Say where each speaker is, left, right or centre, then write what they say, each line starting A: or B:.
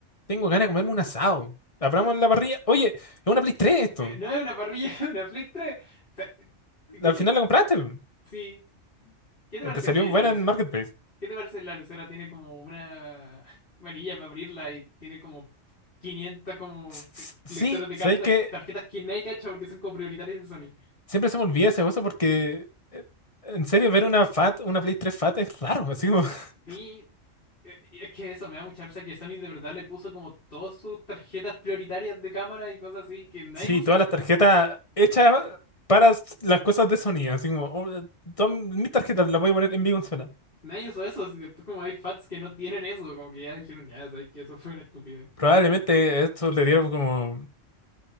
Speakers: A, on the left; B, on the left.
A: Tengo ganas de comerme un asado. Abramos la parrilla. Oye, es una Play 3 esto.
B: Eh, No es una parrilla, <laughs> es una Play 3. O sea, ¿qué,
A: Al
B: chi-
A: final la compraste.
B: sí. ¿Qué te
A: Eh,
B: parece
A: Te salió
B: que
A: buena
B: la lece-
A: en Marketplace.
B: ¿Qué te parece la lecera tiene como una manilla para abrirla y tiene como 500 como
A: S-
B: que-
A: s-
B: lectores
A: Sí,
B: de
A: sabes
B: cartas,
A: que
B: tarjetas que nadie cacha porque son como prioritarias de Sony?
A: siempre se me olvida esa cosa porque eh, en serio ver una FAT, una Play 3 FAT es raro. Así como, <laughs>
B: Sí, eh, y es que eso me da mucha risa que Sony de verdad le puso como todas sus tarjetas prioritarias de cámara y cosas así que nadie
A: sí,
B: usa.
A: todas las tarjetas hechas para s- las cosas de Sony. Así como, oh, eh, todas mis tarjetas las voy a poner en mi consola.
B: Nadie usa eso, y después como hay fats que no tienen eso, como que ya dijeron, ya sabes que eso fue una estupidez.
A: Probablemente esto le dieron como,